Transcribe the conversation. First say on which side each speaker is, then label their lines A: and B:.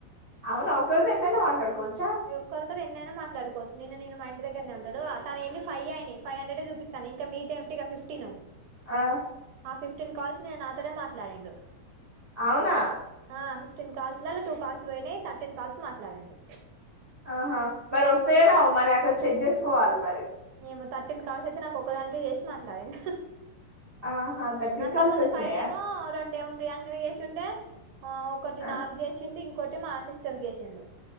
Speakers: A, on the right (about 45°); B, on the right (about 75°).
A: అవునా ఒక్క రోజు ఏంతైనా మాట్లాడుకోవచ్
B: ఒక్కరితో నిన్నైనా మాట్లాడుకోవచ్చు నిన్న నిను మా ఇంటి దగ్గరనే ఉంటాడు తనయెన్ని ఫైయ్యే అయినాయి ఫైవ్ హన్రేడ్ ఏ చూపిస్తానయ్ ఇంకా మీగతాయి ఉంటై గా ఫిఫ్టీన్
A: ఆ
B: ఆ ఫిఫ్టీన్ కాల్స్ ఆనే నాతోనే మాట్లాడిండు
A: అవునా
B: ఆ ఫిఫ్టీన్ కాల్స్లల్ల టూ కాల్స్ పోయినయి థర్టీన్ కాల్స్ మాట్లాడిండు
A: ఆహా మరి వస్తయో రావో మరి అక్కడ చెక్ చేసుకోవాలి మరి
B: ఏమో థర్టీన్ కాల్స్ అయితే నాకు ఒక్కదానికే చేసి మాట్లాడిండు
A: ఆహా థర్టీన్
B: అంతముందు
A: కాల్స్ వచ్చినాయా
B: ఫైవ్ ఏమో రెండేమో ప్రియాంకకి చేశుండే ఆ ఒకటి
A: ఆ,
B: నాకు చేసిండు కోటి మా సిస్టర్కు చేసిండు